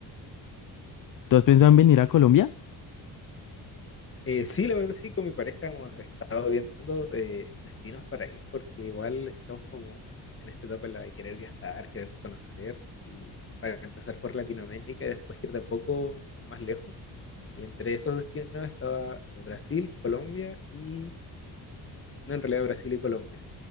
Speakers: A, on the left; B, on the left.
A: ¿Tú has pensado en venir a Colombia?
B: Eh, sí, la verdad sí, con mi pareja hemos estado viendo eh, destinos para ir, porque igual estamos como en esta etapa en la de querer viajar, querer conocer, y para empezar por Latinoamérica y después ir de a poco más lejos. Y entre esos destinos estaba eh, Brasil, Colombia y, no, en realidad Brasil y Colombia,